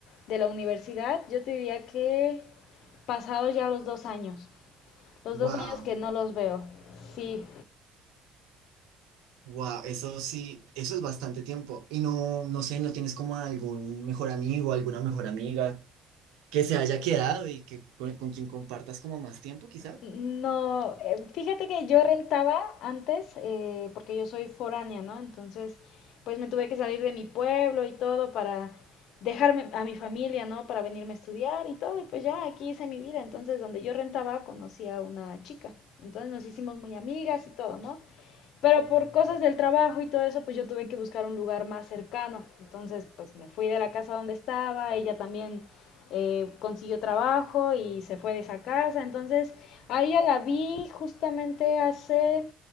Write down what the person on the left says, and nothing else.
de la universidad, yo te diría que pasados ya los dos años. Los
dos años que no los veo. Sí.
No, eh, fíjate que yo rentaba antes, eh, porque yo soy foránea, ¿no? Entonces, pues me tuve que salir de mi pueblo y todo para dejarme a mi familia, ¿no? Para venirme a estudiar y todo, y pues ya aquí hice mi vida. Entonces, donde yo rentaba, conocí a una chica. Entonces nos hicimos muy amigas y todo, ¿no? Pero por cosas del trabajo y todo eso, pues yo tuve que buscar un lugar más cercano. Entonces, pues me fui de la casa donde estaba, ella también eh, consiguió trabajo y se fue de esa casa. Entonces, a ella la vi justamente hace,